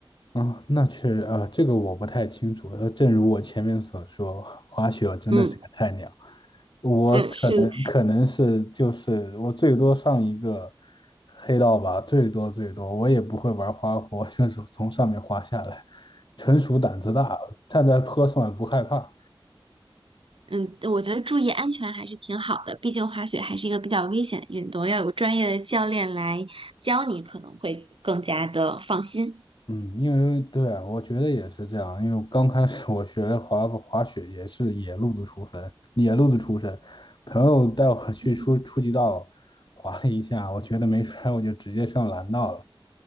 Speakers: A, on the left; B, on the right.
A: 啊，那确实，呃，这个我不太清楚。呃，正如我前面所说，滑雪我真的是个菜鸟。
B: 嗯
A: 我可能可能是就是我最多上一个
B: 嗯，是，
A: 黑道吧，最多最多，我也不会玩花活，<laughs> 就是从上面滑下来，纯属胆子大，站在坡上也不害怕。
B: 嗯，我觉得注意安全还是挺好的，毕竟滑雪还是一个比较危险的运动，要有专业的教练来教你，可能会更加的放心。
A: 嗯，因为对，我觉得也是这样。因为刚开始我学滑滑雪也是野路子出身，野路子出身。朋友带我去初初级道滑了一下，
B: <laughs> 嗯
A: 我觉得没摔，我就直接上蓝道了，